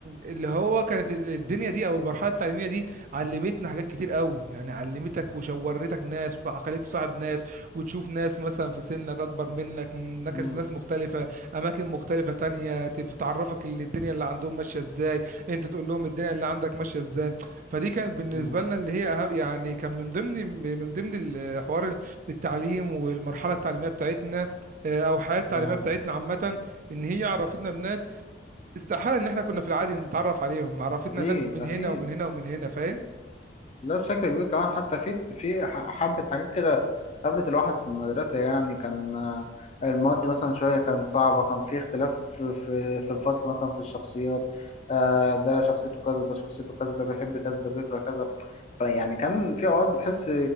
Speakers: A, on the right (about 45°); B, on the left (about 40°).
A: اللي هو كانت الدنيا دي او المرحله التعليميه دي علمتنا حاجات كتير قوي يعني علمتك وشورتك ناس وخليك صاحب ناس وتشوف ناس مثلا في سنك اكبر منك من نكس-
B: امم
A: ناس مختلفه اماكن مختلفه تانية تف- تعرفك اللي الدنيا اللي عندهم ماشيه ازاي انت تقول لهم الدنيا اللي عندك ماشيه ازاي فدي كانت بالنسبه
B: امم
A: لنا اللي هي أهم يعني كان من ضمن من ضمن الحوار التعليم والمرحله التعليميه بتاعتنا آه، او الحياه التعليميه
B: اه
A: بتاعتنا عامه ان هي عرفتنا بناس استحالة ان احنا كنا في العادي نتعرف عليهم عرفتنا
B: اكيد
A: ناس من
B: اكيد
A: هنا ومن هنا ومن هنا فاهم
B: لا بشكل كبير كمان حتى في في ح- حبة حاجات كده قابلت الواحد في المدرسة يعني كان آه، المواد مثلا شوية كانت صعبة كان في اختلاف في في في الفصل مثلا في الشخصيات آه، ده شخصيته كذا ده شخصيته كذا ده بيحب كذا ده بيكره كذا فيعني كان في أوقات بتحس